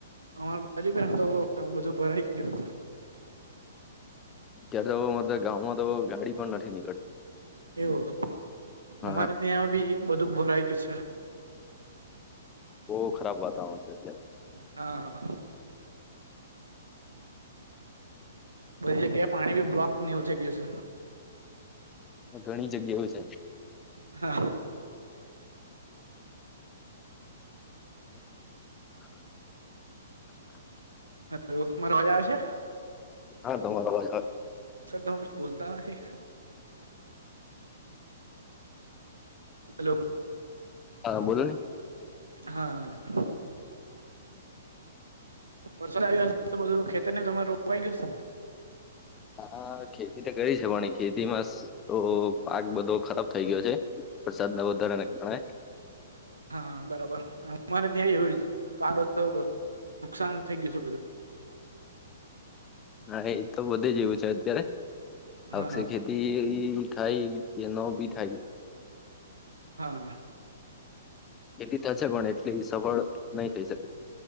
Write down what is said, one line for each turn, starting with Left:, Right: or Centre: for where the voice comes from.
Right: અમાર બાજુ પણ તો બધું ભરાઈ ગયો હતો.
Left: અત્યારે તો મ ગામમાં તો ગાડી પણ નથી નીકળતી
Right: એવું
Left: હા
Right: અમારે
Left: હા,
Right: ત્યાં બી બધું ભરાય ગયું છે.
Left: બહુ ખરાબ વાતાવરણ છે અત્યારે
Right: હા. બધી જગ્યાએ પાણી બી બ્લોક નેવુ થઈ ગયુ છે.
Left: ઘણી જગ્યા એવુ છે.
Right: હા.
Left: <inaudible>
Right: હલો મારો અવાજ આવે છે.
Left: હા તમારો અવાજ આવે.
Right: સર તમે કુછ બોલતા અહીં. હલો.
Left: હા બોલો ને.
Right: હા વરસાદ આવી જાય તો બધું <unintelligible> <unintelligible> નહિ તમારે રોપાય ગયુ સ?
Left: હા ખેતી તો કરી છે પણ ખેતીમાં તો પાક બધો ખરાબ થઇ ગયો છે. વરસાદ ના વધારાને ગણાય.
Right: હા બરાબર મારે ત્યાં એવું જ પાડો તો <unintelligible> નુકસાન થઈ ગયું છે બધુ.
Left: હા એ તો બધે જ એવું છે અત્યારે આવશે
Right: હા
Left: <unintelligible> <unintelligible> ખાઈ એ નો ઉભી થાય.
Right: હા
Left: ખેતી થશે પણ એટલી સફળ નહી થઈ શકે.